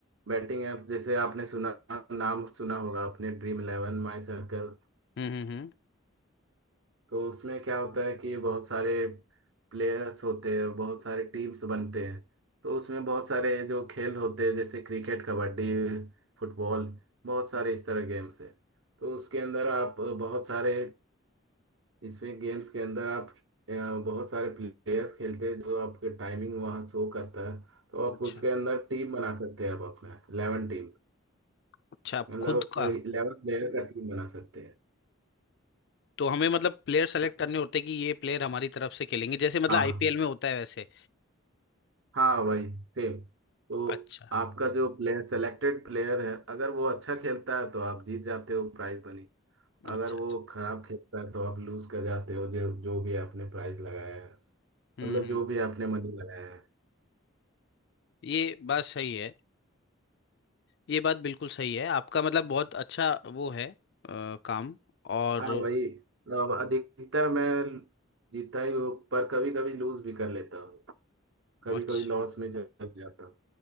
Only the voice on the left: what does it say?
हम्म हम्म हम्म
अच्छा
अच्छा आप
खुद का
तो हमें मतलब प्लेयर सेलेक्ट
करने होते हैं कि ये प्लेयर हमारी तरफ से खेलेंगे जैसे मतलब
आईपीएल में होता है वैसे
अच्छा
अच्छा
अच्छा
हम्म
हम्म
ये बात सही है ये बात बिल्कुल सही है आपका मतलब बहुत अच्छा वो है अ, काम और
अच्छा